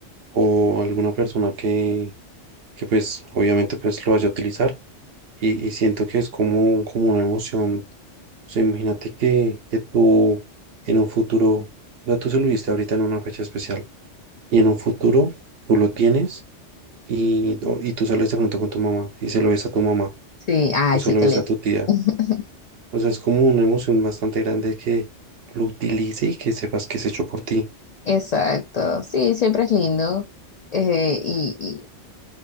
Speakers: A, on the right; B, on the left.
A: o a alguna persona que, que pues, obviamente, pues lo vaya a utilizar y, y siento que es como, como una emoción. O sea, imagínate que, que tú en un futuro, o sea, tú se lo diste ahorita en una fecha especial y en un futuro tú lo tienes y, o- y tú sales de pronto con tu mamá y se lo ves a tu mamá
B: Sí, ay,
A: o se
B: sí,
A: lo
B: qué
A: ves
B: lindo.
A: a tu tía.
B: <laughs>
A: O sea, es como una emoción bastante grande que lo utilice y que sepas que es hecho por ti.
B: Exacto, sí, siempre es lindo eh, y, y-